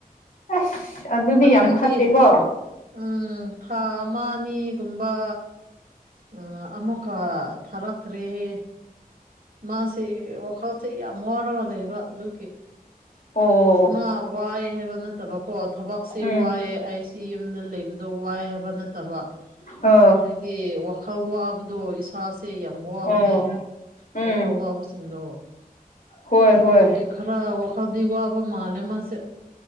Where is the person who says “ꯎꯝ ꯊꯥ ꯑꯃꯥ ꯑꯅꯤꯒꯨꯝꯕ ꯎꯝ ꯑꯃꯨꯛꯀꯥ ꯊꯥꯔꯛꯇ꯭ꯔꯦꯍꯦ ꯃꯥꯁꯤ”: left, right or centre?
Right